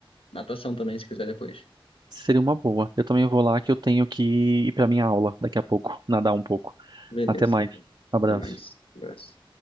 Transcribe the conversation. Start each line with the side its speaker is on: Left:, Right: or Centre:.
Left: natação também, se quiser depois.
Right: Seria uma boa. Eu também vou lá que eu tenho que ir para minha aula daqui a pouco, nadar um pouco.
Left: Beleza.
Right: Até mais. Abraço.
Left: Até mais. Um abraço.